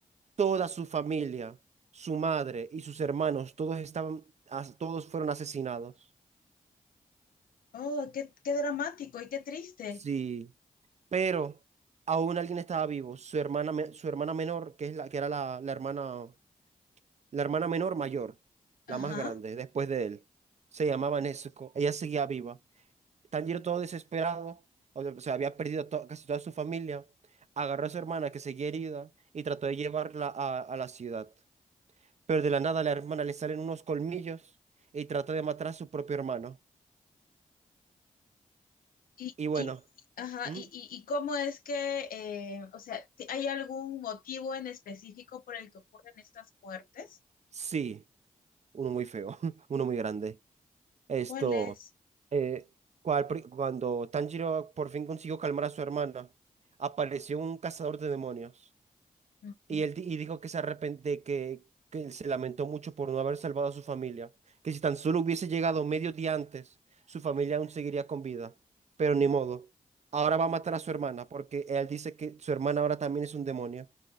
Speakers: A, on the right; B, on the left.
A: Toda su familia, su madre y sus hermanos, todos estaban, as- todos fueron asesinados.
B: Oh, qué, qué dramático y qué triste.
A: Sí, pero aún alguien estaba vivo, su hermana, me- su hermana menor, que es la que era la, la hermana, la hermana menor mayor,
B: Ajá.
A: la más grande, después de él. Se llamaba Nezuko, ella seguía viva. Tanjiro todo desesperado, o sea, o sea, había perdido a to- casi toda su familia, agarró a su hermana que seguía herida y trató de llevarla a, a la ciudad. Pero de la nada a la hermana le salen unos colmillos y trata de matar a su propio hermano.
B: Y,
A: Y bueno,
B: y, ajá,
A: ¿m?
B: y, y, y cómo es que, eh, o sea, ¿t- ¿hay algún motivo en específico por el que ocurren estas muertes?
A: sí, uno muy feo, <laughs> uno muy grande. Esto,
B: ¿Cuál es?
A: eh, cual pri- cuando Tanjiro por fin consiguió calmar a su hermana, apareció un cazador de demonios
B: Ujú.
A: Y él di- y dijo que se arrepente, que, que él se lamentó mucho por no haber salvado a su familia, que si tan solo hubiese llegado medio día antes, su familia aún seguiría con vida, pero ni modo. Ahora va a matar a su hermana porque él dice que su hermana ahora también es un demonio.